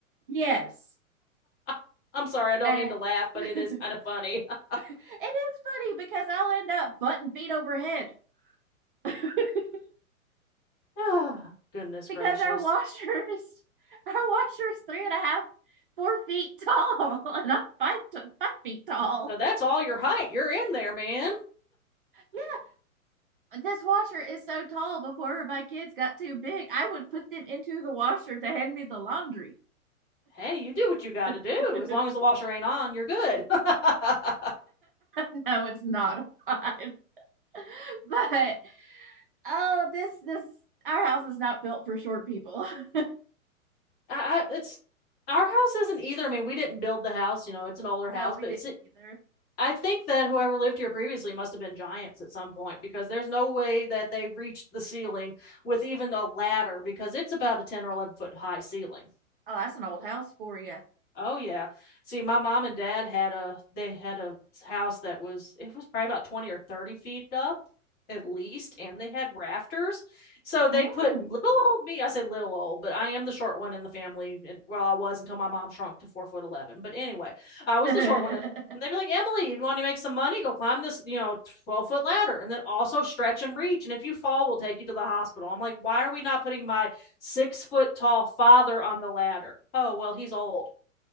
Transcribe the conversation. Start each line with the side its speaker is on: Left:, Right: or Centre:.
Right: Yes.
Left: <laughs> I'm sorry, I don't
Right: Uh,
Left: mean to laugh, but
Right: <laughs>
Left: it is kind of funny. <laughs>
Right: it is funny because I'll end up butt and feet overhead <laughs>
Left: Ah, Goodness
Right: because
Left: gracious.
Right: our washers, our washer's three and a half, four feet <laughs> tall, and I'm five to, five feet tall.
Left: So that's all your height. You're in there, man.
Right: Yeah, this washer is so tall. Before my kids got too big, I would put them into the washer to hand me the laundry.
Left: Hey, you do what you got to
Right: <laughs>
Left: do.
Right: no,
Left: As long as the washer ain't on, you're good. <laughs> I,
Right: it's not odd, <laughs> but oh, this this our house is not built for short people. <laughs>
Left: I, it's our house isn't either. I mean, we didn't build the house, you know, it's an older house,
Right: No, we
Left: but
Right: didn't
Left: it's
Right: either.
Left: I think that whoever lived here previously must have been giants at some point because there's no way that they reached the ceiling with even a ladder because it's about a 10 or 11 foot high ceiling.
Right: Oh, that's an old house for you.
Left: Oh yeah. See, my mom and dad had a they had a house that was it was probably about 20 or 30 feet up at least and they had rafters. So they'd
Right: Mm.
Left: put little old me, I say little old, but I am the short one in the family and well I was until my mom shrunk to 4 foot 11. But anyway, I was
Right: <laughs>
Left: the short one at the, and they'd be like, "Emily, if you want to make some money, go climb this, you know, 12 foot ladder and then also stretch and reach and if you fall, we'll take you to the hospital." I'm like, "Why are we not putting my 6 foot tall father on the ladder?" Oh, well, he's old